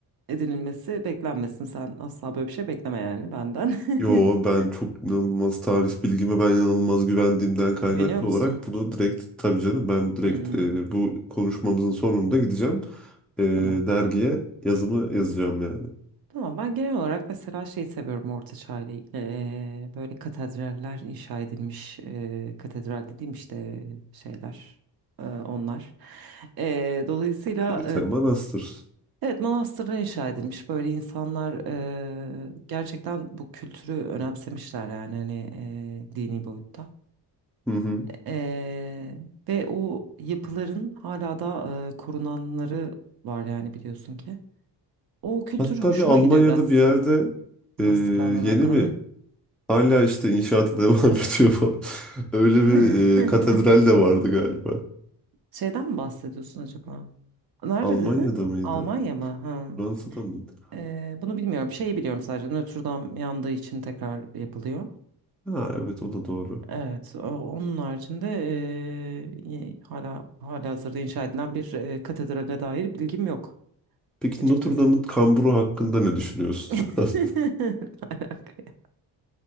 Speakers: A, on the right; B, in the centre.
A: edinilmesi beklenmesin sen asla böyle bir şey bekleme yani benden. <laughs>
B: Yo ben çok inanılmaz tarih bilgime ben inanılmaz güvendiğimden kaynaklı
A: Güveniyor musun?
B: olarak bunu direkt tabii canım ben direkt
A: Hmm,
B: e, bu konuşmamızın sonunda gideceğim. E,
A: tamam.
B: dergiye yazımı yazacağım yani.
A: Tamam ben genel olarak mesela şey seviyorum Orta Çağ ile ilgili Eee, böyle katedraller inşa edilmiş eee, katedral dediğim işte şeyler eee, onlar. Eee, dolayısıyla
B: Lütfen manastır.
A: Evet, manastırda inşa edilmiş. Böyle insanlar eee, gerçekten bu kültürü önemsemişler yani hani eee, dini boyutta.
B: Hı hı.
A: Eee, ve o yapıların hala da eee, korunanları var yani biliyorsun ki. O kültür
B: Hatta
A: hoşuma
B: bir Almanya'da
A: gidiyor biraz
B: bir yerde
A: manastırlarla
B: e,
A: alakalı.
B: yeni mi
A: Hı.
B: Hala işte inşaatı <laughs> devam ediyor falan. Öyle bir
A: <laughs>
B: e, katedral de vardı galiba.
A: Şeyden mi bahsediyorsun acaba? Nerede
B: Almanya'da
A: dedin?
B: mıydı?
A: Almanya mı? Ha.
B: Fransa'da mıydı?
A: Eee, bunu bilmiyorum. Şeyi biliyorum sadece Notre Dame yandığı için tekrar yapılıyor.
B: Ha evet o da doğru.
A: Evet, o- onun haricinde e, y- hala hala hazırda inşa edilen bir e, katedrale dair bilgim yok
B: Peki
A: açıkçası.
B: Notre Dame'ın kamburu hakkında ne düşünüyorsun?
A: <laughs> Ne
B: <laughs>
A: alaka